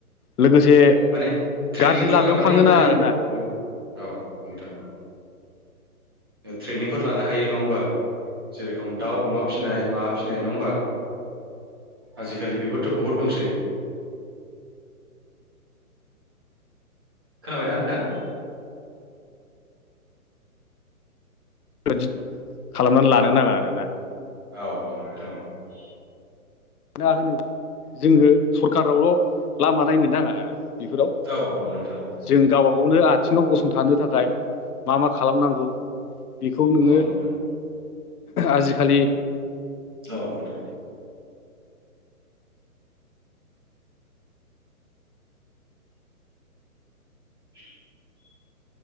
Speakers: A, on the left (about 80°); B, on the right (about 15°).
A: लोगोसे
B: माने ट्रेनिंफोर
A: गाज्रि लामायाव
B: लानानैहाय
A: थांनो नाङा आरोना
B: नोंगौ औ नोंथां औ। ट्रेनिंफोर लानो हायो नङा होमबा। जे रखम दाउ अमा फिसिनाय माबा फिसिनाय नङा होमबा। आजि खालि बेफोरथ' बहुद दंसै। खोनाबायना नोंथां?
A: बेबायदि खालामनानै लानो
B: औ
A: नाङा
B: औ
A: आरोना।
B: औ औ औ।
A: मा होनो जोङो सरखारावल' लामा नायनो नाङा आरो। बेफोराव
B: औ औ नोंथां औ
A: जों गावबा गाव बेनो आथिङाव गसंथानो थाखाय मा मा खालामनांगौ? बेखौ नोङो
B: औ नोंथां
A: आजि खालि
B: औ नोंथां। <inaudible>